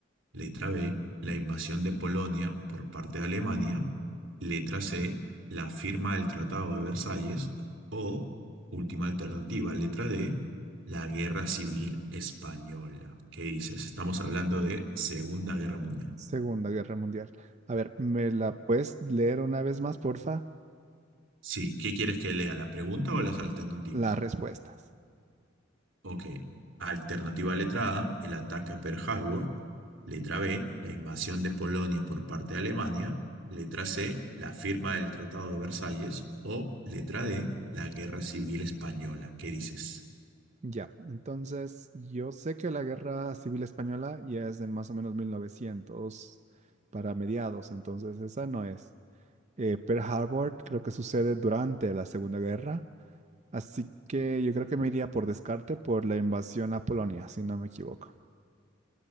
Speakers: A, on the right; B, on the right.
A: Letra B, la invasión de Polonia por parte de Alemania. Letra C, la firma del Tratado de Versalles. O, última alternativa, letra D, la Guerra Civil Española. ¿Qué dices? Estamos hablando de Segunda Guerra Mundial.
B: Segunda Guerra Mundial. A ver, ¿me la puedes leer una vez más, porfa?
A: Sí, ¿qué quieres que lea? ¿La pregunta o las alternativas?
B: Las respuestas.
A: Ok. Alternativa letra A, el ataque a Pearl Harbor. Letra B, la invasión de Polonia por parte de Alemania. Letra C, la firma del Tratado de Versalles. O letra D, la Guerra Civil Española. ¿Qué dices?
B: Ya, entonces yo sé que la guerra civil española ya es en más o menos 1900 para mediados, entonces esa no es. Eh, Pearl Harbor creo que sucede durante la Segunda Guerra, así que yo creo que me iría por descarte por la invasión a Polonia, si no me equivoco.